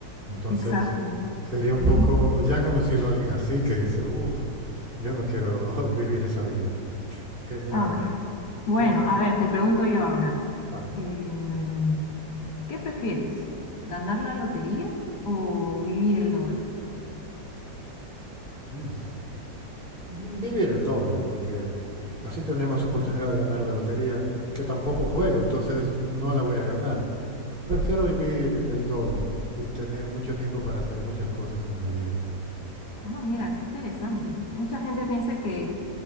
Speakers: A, on the right (about 30°); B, on the left (about 70°).
A: Entonces,
B: Exacto,
A: sería
B: sí.
A: un poco, ya he conocido a alguien así que dice, uff, yo no quiero <laughs> vivir esa vida. Genial,
B: Ah,
A: pu-
B: bueno,
A: pues
B: a ver, te pregunto yo ahora.
A: vale.
B: Em, ¿Qué prefieres? ¿Ganar la lotería o vivir el doble?
A: Mm. Mm, Vivir el doble, porque así tendré más oportunidad de ganar la lotería, que tampoco juego, entonces no la voy a ganar. Prefiero vivir el doble y tener mucho tiempo para hacer muchas cosas con mi vida.
B: Ah, mira, qué interesante. Mucha gente piensa que